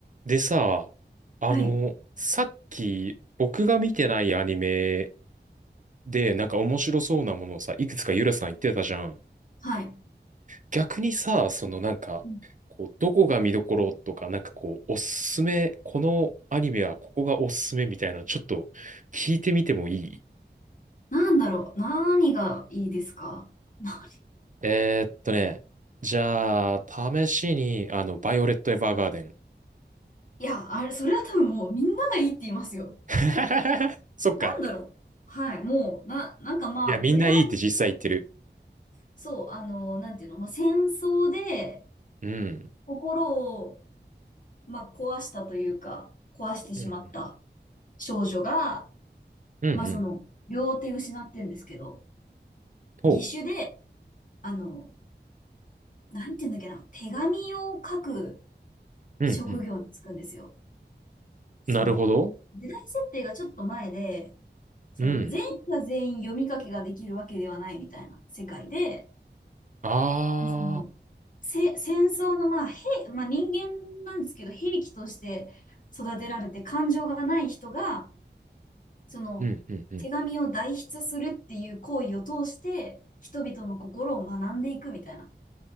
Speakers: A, on the right; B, on the left.
A: でさ、あの、
B: はい。
A: さっき僕が見てないアニメでなんか面白そうなものをさ、いくつかゆらさん言ってたじゃん。
B: はい。
A: 逆にさ、そのなんか、
B: うん
A: こう、どこが見どころとか、なんかこう、おすすめ、このアニメはここがおすすめみたいなのちょっと聞いてみてもいい
B: なんだろう。何がいいですか何
A: えーっとね、じゃあ、試しに、あの、バイオレット・エヴァーガーデン。
B: いや、あれ、それは多分もうみんながいいって言いますよ。
A: <laughs> そっか。
B: なんだろう。はい。もう、な、なんかまあ、
A: いや、みんないいって実際言ってる。
B: とりあえず、そう、あの、なんていうの、まあ、戦争で
A: うん。
B: 心を、まあ、壊したというか、壊してしまった
A: うんうん。
B: 少女が、
A: うんうん。
B: まあ、その、両手失ってんですけど、
A: ほう。
B: 義手で、あの、なんていうんだっけな、手紙を書く
A: うんうん。
B: 職業に就くんですよ。その、
A: なるほど。
B: 時代設定がちょっと前で、その、
A: うん。
B: 全員が全員読み書きができるわけではないみたいな世界で、
A: ああ。
B: その、せ、戦争の、まあ、兵、まあ人間なんですけど、兵器として育てられて感情がない人が、その、
A: うんうんうん。
B: 手紙を代筆するっていう行為を通して、人々の心を学んでいくみたいな。